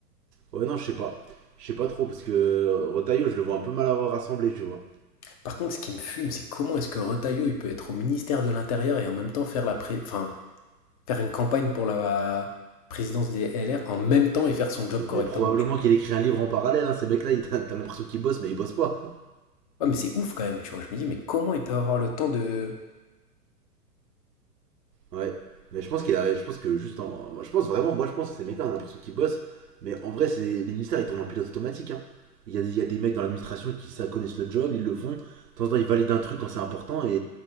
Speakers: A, on the right (about 75°); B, on the left (about 25°).
A: ouais, non, je sais pas. Je sais pas trop parce que euh, Rotaillot, je le vois un peu mal avoir rassemblé, tu vois.
B: Par contre, ce qui me fume, c'est comment est-ce que Retailleau, il peut être au ministère de l'Intérieur et en même temps faire la pré- enfin, faire une campagne pour la présidence des LR en même temps et faire son job
A: Non,
B: correctement.
A: mais probablement
B: tu vois.
A: qu'il écrit un livre en parallèle, hein, ces mecs-là, ils- <laughs> t'as l'impression qu'ils bossent, mais ils bossent pas.
B: Ouais, mais c'est ouf quand même, tu vois. Je me dis, mais comment il peut avoir le temps de...
A: Ouais. Mais je pense qu'il a, je pense que juste en, je pense vraiment, moi je pense que ces mecs-là, on a l'impression qu'ils bossent, mais en vrai, c'est les ministères, ils tournent en pilote automatique, hein. Il y a, des- il y a des mecs dans l'administration qui ça connaissent le job, ils le font. De temps en temps, ils valident un truc quand c'est important et,